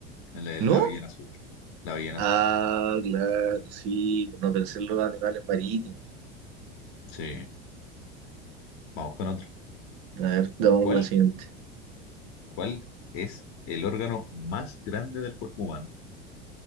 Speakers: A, on the left; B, on the right.
A: la,
B: ¿No?
A: la ballena azul. La ballena
B: Ah,
A: azul.
B: claro, sí. No pensé en los animales marítimos.
A: Sí, vamos con otra.
B: A ver, damos
A: ¿Cuál,
B: la siguiente.
A: cuál es el órgano más grande del cuerpo humano?